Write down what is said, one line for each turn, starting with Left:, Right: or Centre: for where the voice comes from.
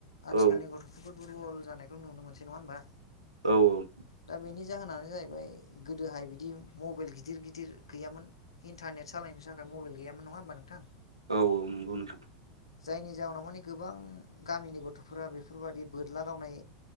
Left: आथिखालनि
Right: औ
Left: गथ'फोरखौ दुरबल जानायखौ नुनो मोनसै नङा होमबा।
Right: औ औ
Left: दा बेनि जाहोनानो जाहैबाय गोदोहाय बिदि मबेल गिदिर गिदिर गैयामोन इन्टारनेट सालायनो थाखाय मबेल गैयामोन नङा होमबा नोंथां।
Right: औ औ नंगौ नोंथां।
Left: जायनि जाउनाव मानि गोबां गामिनि गथ'फोरा बेफोरबादि बोरला गावनाय